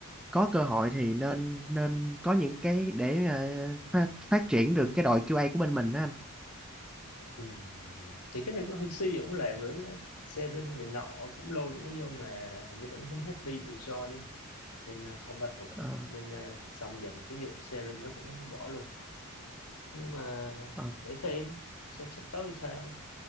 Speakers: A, in the centre; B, on the left.
A: có cơ hội thì nên nên có những cái để ờ, phát, phát triển được cái đội QA của bên mình đó anh
B: ừ. thì cái này nó hơi suy cũng làm rồi nhá sharing này nọ cũng lôi bọn nó vô mà hình như bọn nó không happy để join á. nên à, không bắt buộc
A: Ờ,
B: nên à, xong dần cái vụ sharing đó cũng bỏ luôn nhưng mà
A: ờ,
B: để xem xem sắp tới thì sao